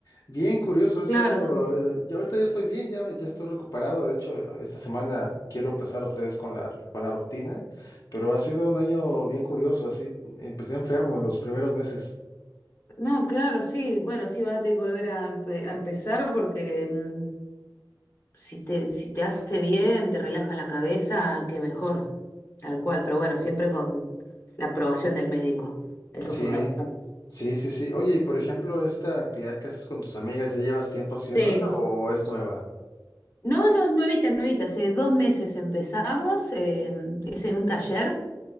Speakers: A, on the left; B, on the left.
A: Bien curioso este
B: claro.
A: año. eh, Ya ahorita ya estoy bien, ya, ya estoy recuperado. De hecho, esta semana quiero empezar otra vez con la, con la rutina, pero ha sido un año bien curioso. Así empecé enfermo los primeros meses.
B: No, claro, sí. Bueno, sí vas a tener que volver a, empe- a empezar porque mm, Si te, si te hace bien, te relaja la cabeza, qué mejor. Tal cual, pero bueno, siempre con la aprobación del médico. Eso
A: Así,
B: es fundamental.
A: sí, sí, sí. Oye, y por ejemplo, esta actividad que haces con tus amigas, ¿ya llevas tiempo haciéndola
B: Sí.
A: o es nueva?
B: No, no, nuevita, nuevita. Hace dos meses empezamos. eh, es en un taller